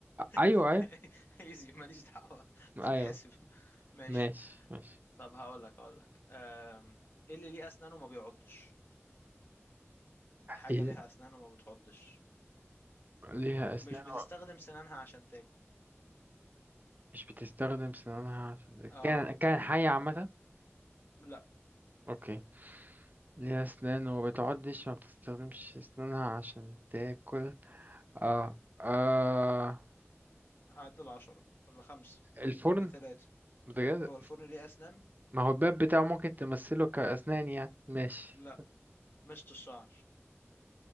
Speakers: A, on the right; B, on the left.
A: ايوه
B: <laughs>
A: ايوه
B: ايزي ماليش دعوة
A: ايوه
B: تتحسب ماشي
A: ماشي ماشي
B: طب هقول لك هقول لك أم، ايه اللي ليه اسنان وما بيعضش حاجة
A: إيه
B: ليها اسنان وما بتعضش
A: ليها اسنان
B: مش بتستخدم
A: و-
B: سنانها عشان تاكل
A: مش بتستخدم سنانها عشان
B: اه
A: كان كان حية
B: ما-
A: عامة
B: لا
A: اوكي ليها أسنان وما بتعضش ما بتستخدمش أسنانها عشان تاكل اه اه
B: هعدل عشرة ولا خمسة
A: الفرن
B: لثلاثة
A: بجد
B: هو الفرن ليه اسنان
A: ما هو الباب بتاعه ممكن تمثله كأسنان يعني ماشي
B: لا مشط الشعر